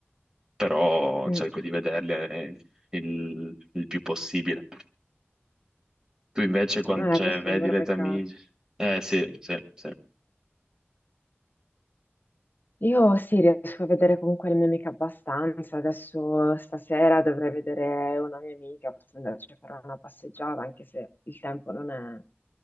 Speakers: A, on the right; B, on the left.
A: Però
B: Mm.
A: cerco di vederli eh, il, il più possibile. Tu invece, quando,
B: Eh,
A: cioè,
B: questo
A: vedi
B: è un vero
A: le
B: peccato.
A: tue amiche? Eh sì, sì, sì.
B: Io sì, riesco a vedere comunque la mia amica abbastanza. Adesso stasera dovrei vedere una mia amica, forse andarci a fare una passeggiata, anche se il tempo non è,